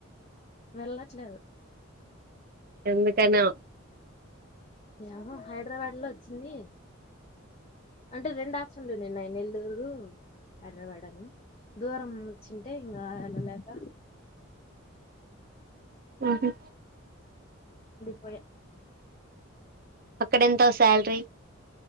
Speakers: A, on the left; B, on the right.
A: వెళ్ళట్లేదు
B: ఎందుకు అనో
A: ఏమో హైదరాబాద్ లో వచ్చింది అంటే రెండు ఆప్షన్లు ఉండినున్నాయి నెల్లూరు హైదరాబాద్ అని దూరం వచ్చింటే ఇంగ వెళ్ళలేక
B: ఓహో
A: పోయా
B: అక్కడ ఎంత శాలరీ